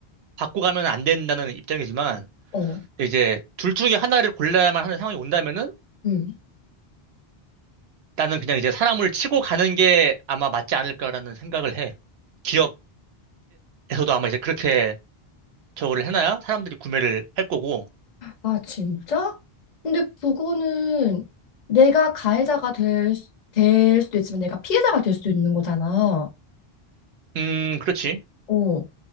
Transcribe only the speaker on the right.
받고 가면 안 된다는 입장이지만,
이제 둘 중에 하나를 골라야만 하는 상황이 온다면은
나는 그냥 이제 사람을 치고 가는 게 아마 맞지 않을까라는 생각을 해. 기업에서도 아마 이제 그렇게 저거를 해놔야 사람들이 구매를 할 거고.
음, 그렇지.